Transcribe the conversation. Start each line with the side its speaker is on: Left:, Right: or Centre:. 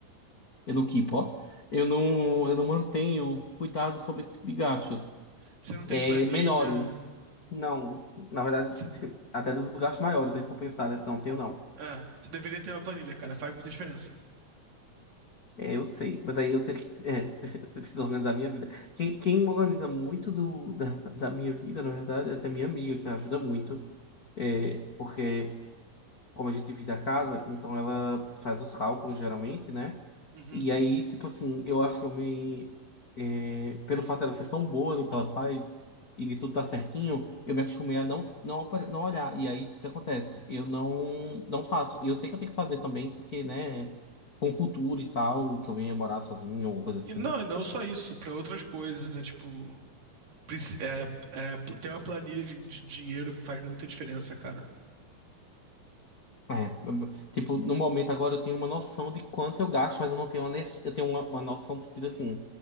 Left: eu não keepo, ó. Eu não, eu não mantenho cuidado sobre esse tipo de gastos.
Right: Você não tem
Left: É,
Right: planilha,
Left: menores. Não, na verdade,
Right: você
Left: <laughs> até dos gastos maiores, se a gente for pensar, né? Não, tenho não.
Right: É, você deveria ter uma planilha, cara. Faz muita diferença.
Left: É, eu sei, mas aí eu teria que. É, <laughs> eu preciso organizar a minha vida. Quem, quem organiza muito do, da, da minha vida, na verdade, é até minha amiga, que ajuda muito. É, porque como a gente divide a casa, então ela faz os cálculos geralmente, né?
Right: Uhum.
Left: E aí, tipo assim, eu acho que eu me. é, pelo fato dela ser tão boa no que ela faz e de tudo tá certinho, eu me acostumei a não, não, oper- não olhar. E aí, o que acontece? Eu não, não faço. E eu sei que eu tenho que fazer também, porque, né, com o futuro e tal, que eu venha morar sozinho, alguma coisa assim.
Right: E não, e não só isso, pra outras coisas. É tipo, preci- é, é, ter uma planilha de, de dinheiro faz muita diferença, cara.
Left: É, tipo, no momento agora eu tenho uma noção de quanto eu gasto, mas eu não tenho uma, nece- eu tenho uma, uma noção do sentido assim.